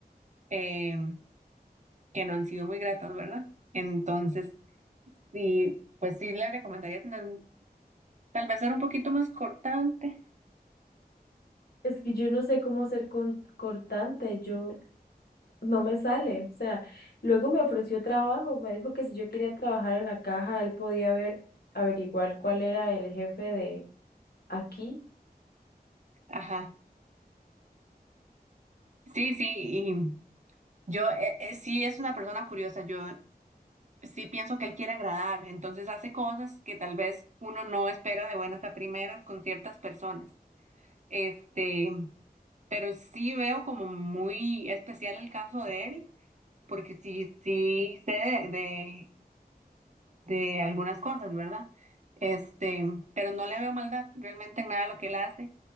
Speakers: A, on the right; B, on the left.
A: em, que no han sido muy gratas, ¿verdad? Entonces, sí, pues sí le recomendaría tener, un- tal vez ser un poquito más cortante.
B: Es que yo no sé cómo ser con- cortante, yo no me sale. O sea, luego me ofreció trabajo, me dijo que si yo quería trabajar en la caja, él podía ver, averiguar cuál era el jefe de aquí.
A: Ajá. Sí, sí, y yo eh, eh, sí es una persona curiosa. Yo sí pienso que él quiere agradar, entonces hace cosas que tal vez uno no espera de buenas a primeras con ciertas personas. Este, pero sí veo como muy especial el caso de él, porque sí, sí sé de, de, de algunas cosas, ¿verdad? Este, pero no le veo maldad realmente en nada de lo que él hace.